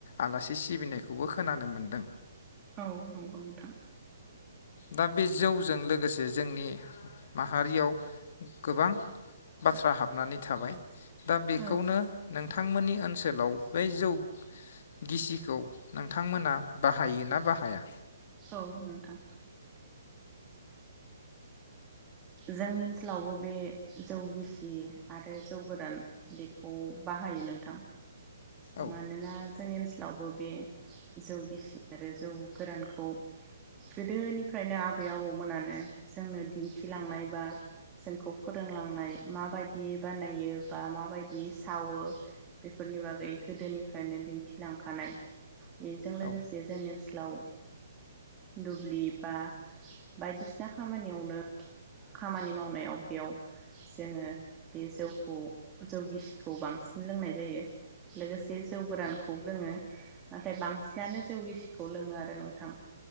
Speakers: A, on the left (about 50°); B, on the right (about 20°).
A: आलासि सिबिनायखौबो खोनानो मोन्दों।
B: औ नंगौ नोंथां।
A: दा बे जौजों लोगोसे जोंनि माहारियाव गोबां बाथ्रा हाबनानै थाबाय। दा बेखौनो
B: औ
A: नों नोंथांमोननि ओनसोलाव बै जौ गिसिखौ नोंथांमोना बाहायो ना बाहाया?
B: औ नोंथां। जोंनि ओनसोलावबो बे जौ गिसि आरो जौ गोरान। बेखौ बाहायो नोंथां
A: औ
B: मानोना जोंनि ओनसोलावबो बे जौ गिसि आरो जौ गोरानखौ गोदोनिफ्रायनो आबै आबौमोनानो जोंनो दिन्थि दिन्थिलांनाय बा जोंखौ फोरोंलांनाय माबायदि बानायो बा माबायदि सावो बेफोरनि बागै गोदोनिफ्रायनो दिन्थिलांखानाय। बेजों लोगोसे
A: औ
B: जोंनि ओनसोलाव दुब्लि बा बायदिसिना खामानियावनो खामानि मावनायाव बेयाव जोङो बे जौखौ जौ गिसि खौ बांसिन लोंनाय जायो। लोगोसे जौ गोरानखौबो लोङो। नाथाय बांसिनानो जौगिसिखौ लोङो आरो नोंथां